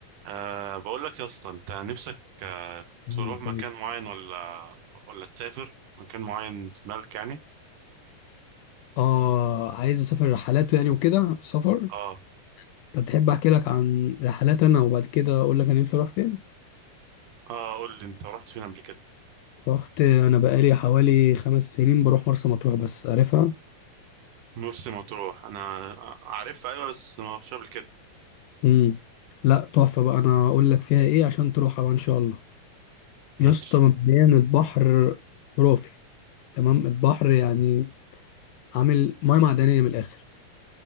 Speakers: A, on the right; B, on the left.
A: أه بقول لك يا اسطى انت نفسك أه
B: مم،
A: تروح مكان
B: تمام
A: معين ولا ولا تسافر مكان معين في دماغك يعني
B: اه عايز اسافر رحلات يعني وكده سفر
A: اه
B: طب تحب احكي لك عن رحلات انا وبعد كده اقول لك انا نفسي اروح فين
A: اه قول لي انت رحت فين قبل كده
B: رحت انا بقالي حوالي خمس سنين بروح مرسى مطروح بس عارفها
A: مرسى مطروح انا آه، عارفها ايوه بس ما رحتش قبل كده
B: امم لا تحفه بقى انا اقول لك فيها ايه عشان تروحها بقى ان شاء الله يا
A: ماشي
B: اسطى مبدئيا البحر خرافي تمام البحر يعني عامل ميه معدنيه من الاخر